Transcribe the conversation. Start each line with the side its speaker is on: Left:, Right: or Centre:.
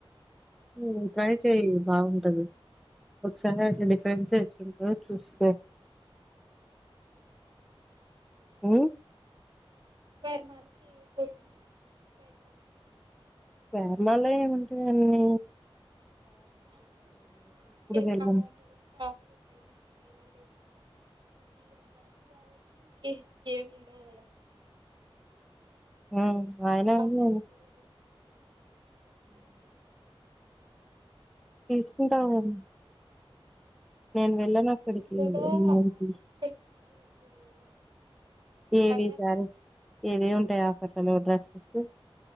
Centre: హు మ్ ట్రై చేయ్ బాగుంటది ఒకసారి అట్లా డిఫరెన్సే వచ్చింతో చూసుకో హ్మ్
Right: పేర్ మాల్కి పోతున్నారా పేర్ మాల్కి
Centre: స్క్వేర్ లలో ఏముంటయ్ అన్నీ
Right: అట్లీస్ట్ మాకి
Centre: వెళ్ళను
Right: మాలాంటోళ్ళకి టాపులు ఉంటాయ్ మీకు చీర లే కున్నా నువ్వు చీరల బ్యాచ్ కాబట్టి నీకేం ఏం ఉండదాడ
Centre: మ్మ్ అయినా
Right: మాలాంటోళ్లకి
Centre: నేను
Right: డ్రస్ డ్రెస్లుంటయ్
Centre: తీసుకుంటాం <unintelligible>
Right: వచ్చి
Centre: నేను వెళ్ళను అక్కడికి
Right: జూడియోలో
Centre: ముందరికి
Right: ఆఫర్స్ పెడుతుంటారు జూడియోలో చెప్పండి
Centre: ఏవి
Right: అప్పుడు
Centre: సారీ
Right: అప్పుడప్పుడు
Centre: ఎవీ ఉంటాయ్ ఆఫర్స్లలో డ్రెస్సస్సు